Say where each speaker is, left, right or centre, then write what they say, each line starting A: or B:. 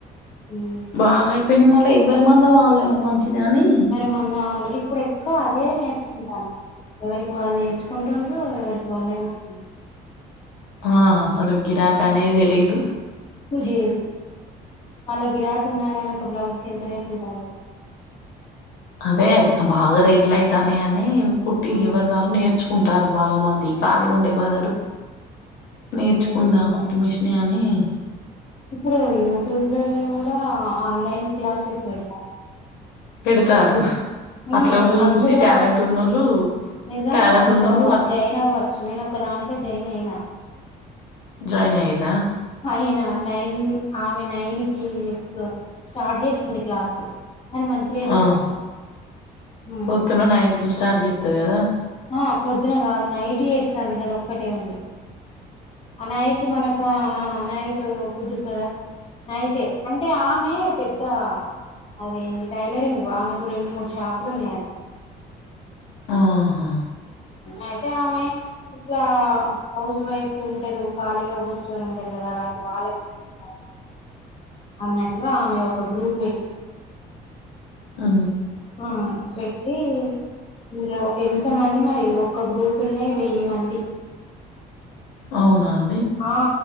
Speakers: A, on the left (about 35°); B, on the left (about 85°).
A: ఉమ్
B: బాగాయి పెని మళ్ళ ఎవ్వరి మధం వాళ్ళయినా మంచిది అని
A: మల్ల ఇప్పుడు ఎక్కువ అదే నేర్చుకుంటాను ఎవరికి వాళ్ళు నేర్చుకుంటూరు ఎవరికి వాళ్ళే కుట్టుకుంటారు
B: ఆ అసలు గిరాకనేది లేదు
A: లేదు వాళ్ళ గిరాకి ఉన్నా గాని ఒక బ్లౌజ్ కి ఎంత రేటు ఉంటాంది
B: అదే బాగా రేట్లు అయితానాయి అని కుట్టి
A: ఉమ్
B: ఎవరిది వాళ్ళు నేర్చుకుంటారు బాగా మంది కాలీగా ఉండే బదులు నేర్చుకుందాం
A: నేర్చుకున్నా
B: కుట్మిషని అని
A: ఇప్పుడు యూట్యూబ్ లలో కూడా ఆన్లైన్ క్లాసెస్ పెడత
B: పెడతారు
A: ఉమ్
B: అట్లా కూడా చూసి
A: అందులో
B: టాలెంట్ ఉన్నోళ్ళు
A: నిజంగా
B: టాలెంట్
A: అందులో
B: ఉన్నోళ్ళు అట్
A: జయిన్ అవ్వచ్చు నేను ఒక దాంట్లో జాయిన్ అయినా
B: జాయిన్ అయిరా
A: అయినా నైన్ ఆమె నైన్ కి చెప్ స్టార్ట్ చేస్తుంది క్లాసు కాని మంచిగా చెప్తాంది
B: ఆ
A: ఉమ్
B: పొద్దున నైన్ కు స్టార్ట్ చెతది కదా
A: ఆ పొద్దున కాదు నైట్ చేస్తంది గది ఒక్కటే ఉంది నైట్ మనకు ఆ నైట్ కుదురుతదా నైటే అంటే ఆమె పెద్ద అదేంది టైలరింగ్ ఆమెకు రెండు మూడు షాపులు ఉన్నాయట
B: ఆహా
A: అయితే ఆమె ఇట్ల హౌస్ వైఫ్ ఉంటారు ఖాళీగా కూర్చొని ఉంటారు కదా అలాంటి వాళ్ళకి నేను ఇట్లా అన్నట్టుగా ఆమె ఒక గ్రూప్ పెట్టి
B: ఆ
A: ఆ పెట్టి అందులో ఎంత కొంతమంది మరి ఒక్క గ్రూపులునే వెయ్యి మంది
B: అవునా అండి
A: ఆ